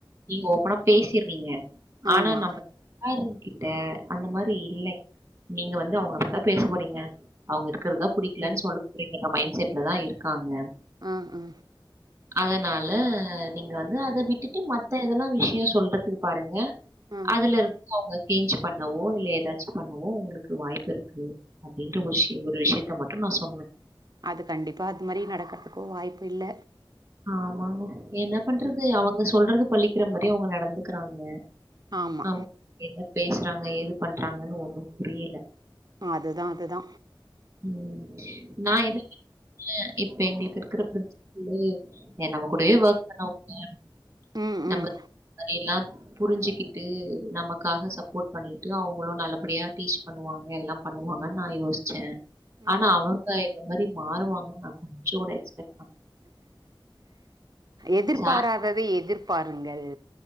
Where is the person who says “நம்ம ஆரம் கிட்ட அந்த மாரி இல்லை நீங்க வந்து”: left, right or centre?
Right